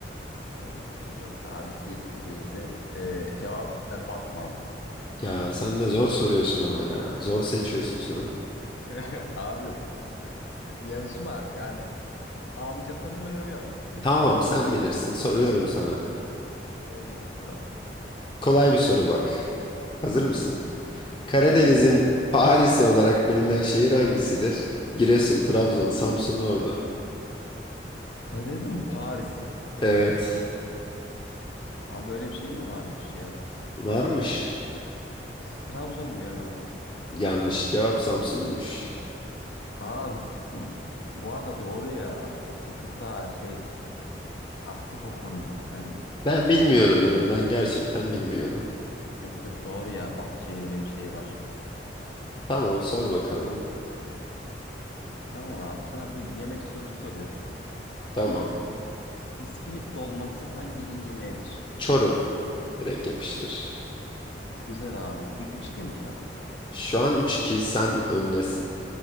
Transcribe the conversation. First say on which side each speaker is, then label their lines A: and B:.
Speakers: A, on the left; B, on the left.
A: Ee, yok abi Siirt de değildi. Ee, cevap e, Batman'dı.
B: Ya sen de zor soruyorsun ama ya. Zor seçiyorsun sorunu.
A: <laughs> Abi yarışma yani ağlayacaksanız oynamayalım.
B: Tamam sen bilirsin. Soruyorum sana.
A: <laughs> Soru gelsin abi.
B: Kolay bir soru bak. Hazır
A: Hı
B: mısın?
A: hı.
B: Karadeniz'in
A: Hazırım.
B: Paris'i olarak bilinen şehir hangisidir? Giresun, Trabzon, Samsun, Ordu.
A: Karadeniz'in mi Paris'i?
B: Evet.
A: Abi böyle bir şey mi varmış ya?
B: Varmış.
A: E, Trabzon diyorum abi.
B: Yanlış cevap Samsun'muş.
A: Aa, bu arada doğru ya. Samsung çok daha şey aktif o konuda. Ben
B: Ben bilmiyordum
A: yanlış.
B: yani. Ben gerçekten bilmiyordum.
A: Yok yok doğru ya. Ba- Şeyin öyle bir şeyi var.
B: Tamam sor bakalım.
A: Tamam abi sana bu yemek sorusu soruyorum.
B: Tamam.
A: İskilip dolması hangi ilin yemeğidir?
B: Çorum. Direkt yapıştır.
A: Güzel abi. Ü- Üç 2 mi şu an?
B: Şu an üç 2 sen öndesin.